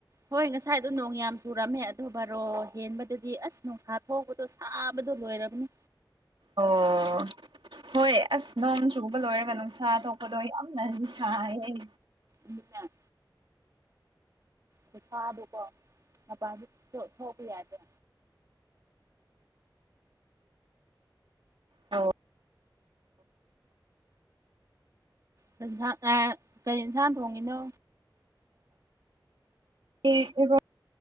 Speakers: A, on the right (about 45°); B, on the right (about 90°).
A: ꯍꯣꯏ ꯉꯁꯥꯏꯗꯣ ꯅꯣꯡ ꯌꯥꯝ ꯆꯨꯔꯝꯃꯦ ꯑꯗꯣ ꯕꯥꯔꯣ ꯍꯦꯟꯕꯗꯗꯤ ꯑꯁ ꯅꯨꯡꯁꯥ ꯊꯣꯛꯄꯗꯣ ꯁꯥꯕꯗ ꯂꯣꯏꯔꯝꯅꯤ
B: ꯑꯣ ꯍꯣꯏ ꯑꯁ ꯅꯣꯡ ꯆꯨꯕ ꯂꯣꯏꯔꯒ ꯅꯨꯡꯁꯥ ꯊꯣꯛꯄꯗꯣ ꯌꯥꯝꯅ ꯁꯥꯏꯌꯦ ꯑꯩ
A: ꯎꯝ ꯄꯩꯁꯥꯗꯨꯀꯣ ꯃꯄꯥꯟꯁꯨ ꯊꯣꯛꯄ ꯌꯥꯗꯦ
B: ꯑ
A: ꯟꯥꯡ ꯀꯔꯤ ꯏꯟꯁꯥꯡ ꯊꯣꯡꯉꯤꯅꯣ
B: ꯑꯦ ꯑꯦꯕ